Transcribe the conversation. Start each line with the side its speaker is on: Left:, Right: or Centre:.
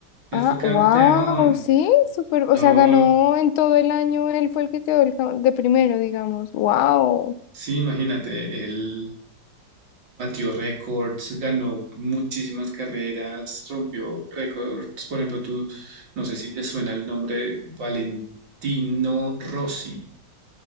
Right: Él
Left: Ah,
Right: fue campeón.
Left: wow, sí, súper, o
Right: No,
Left: sea, ganó en todo el año, él fue el que quedó el ca- de primero, digamos, wow.
Right: sí, imagínate, él Batió récords, ganó muchísimas carreras, rompió récords. Por ejemplo, tú, no sé si te suena el nombre Valentino Rossi.